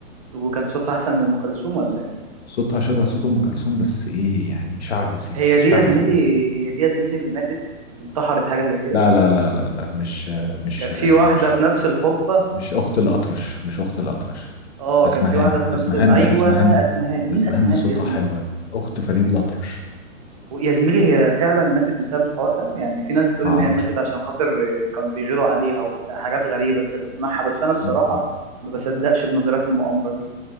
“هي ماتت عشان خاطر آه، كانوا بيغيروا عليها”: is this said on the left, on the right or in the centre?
Right